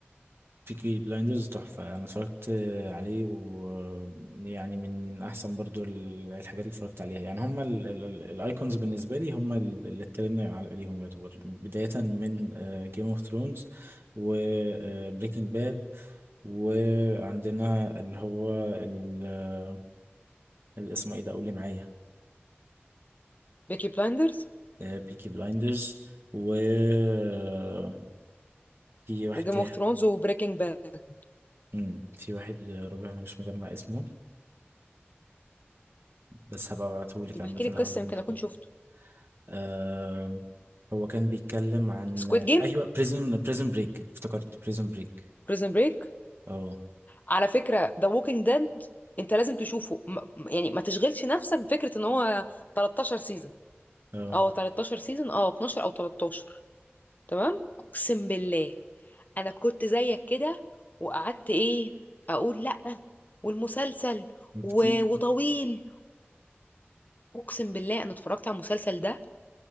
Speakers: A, on the right (about 65°); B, on the left (about 45°).
A: بيكي بلايندرز تحفة أنا اتفرجت عليه ويعني من من أحسن برضو ال- الحاجات اللي اتفرجت عليها يعني هما الأيكونز بالنسبة لي هما ال- اللي اتكلمنا عل- عليهم يعتبر بداية من جيم اوف ثرونز وبريكنج باد وعندنا اللي هو ال- آه، اللي اسمه ايه ده قولي معايا
B: بيكي بلايندرز
A: بيكي بلايندرز وفي واحد
B: وجيم
A: تاني
B: اوف ثرونز وبريكنج باد
A: مم، في واحد آه، ربع أنا مش مجمع اسمه بس هبقى ابعتهولك
B: طب
A: عامة
B: احكي لي القصة
A: أول لما
B: يمكن
A: أختار
B: اكون شفته
A: آه هو كان بيتكلم عن
B: سكويد جيم
A: ايوه بريزون بريزون بريك افتكرت بريزون بريك
B: بريزن بريك
A: اه
B: على فكرة The Walking Dead انت لازم تشوفه م- م- يعني ما تشغلش نفسك بفكرة ان هو 13 سيزون
A: اه
B: اه 13 سيزون اه 12 او 13 تمام اقسم بالله انا كنت زيك كده وقعدت ايه اقول لا والمسلسل و...
A: كتير
B: وطويل اقسم بالله انا اتفرجت على المسلسل ده